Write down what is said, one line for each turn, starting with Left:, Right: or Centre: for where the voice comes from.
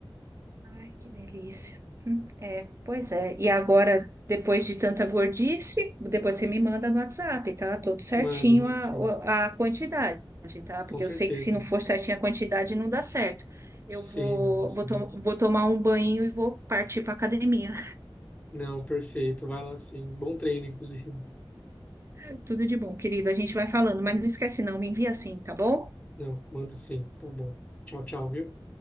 Right: Ai, que delícia. Hum, É, pois é. E agora, depois de tanta gordice, depois você me manda no WhatsApp, tá? Tudo certinho
Left: Mando, mando
Right: a,
Left: sim.
Right: o- a quantidade, tá? Porque
Left: Com certeza.
Right: eu sei que se não for certinho a quantidade, não dá certo. Eu
Left: Sim,
Right: vou,
Left: não. isso-
Right: vou, to-
Left: aham.
Right: vou tomar um banho e vou partir para academia.
Left: Não, perfeito. Vai lá sim. Bom treino, inclusive.
Right: <laughs> Tudo de bom, querida. A gente vai falando, mas não esquece não, me envia assim, tá bom?
Left: Não, mando sim. Tá bom. Tchau, tchau, viu?